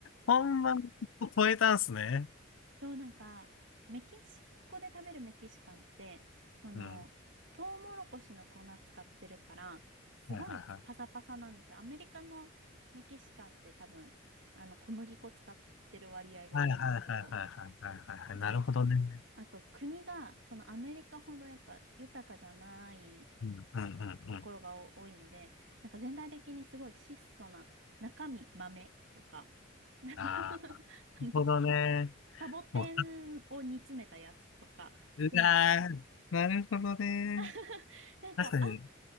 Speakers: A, on the left (about 75°); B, on the right (about 70°).
A: ほんま、超えたんすね。
B: そう、なんか、メキシコで食べるメキシカンって、あの、
A: うん。
B: トウモロコシの粉使ってるから、すごいパサパサなんですよ。
A: はいはいはい。
B: アメリカのメキシカンって多分、あの、小麦粉使ってる割合が多いんですけど、
A: はいはいはいはいはいはいはいはい。
B: で、
A: なるほどね。
B: あと国が、そのアメリカほどやっぱ豊かじゃない
A: うんうんうんうん。
B: ところがお多いので、なんか全体的にすごい質素な中身豆とか、<laughs> なんか
A: ああ。
B: <laughs> あの
A: ほどね。
B: サボテンを煮詰めたやつとか、
A: もう、うわー、
B: ね、
A: なるほどね。
B: <laughs> なんか、
A: 確かに、
B: あ、